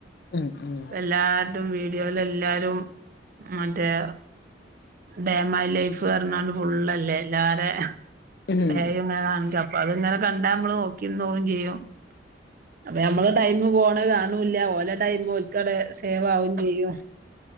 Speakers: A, on the left (about 60°); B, on the right (about 50°).
A: ഉം ഉം
B: എല്ലാ- വീഡിയോയിൽ എല്ലാരും മറ്റേ- ഡേ മൈ ലൈഫ് പറഞ്ഞാല് ഫുുള്ളല്ലേ എല്ലാരേ
A: ഉം
B: ഡേ ഇങ്ങനെ കാണിക്ക അപ്പൊ അത് ഇങ്ങനെ കണ്ടാ നമ്മള് നോക്കി ഇരുന്നുപോവും ചെയ്യും- അതേ നമ്മളെ ടൈം പോണ കാണ് - ഒന്നുല്യാ ഒരടെ ടൈം ഒരുകാവടെ സേവ് ആവും ചെയ്യും.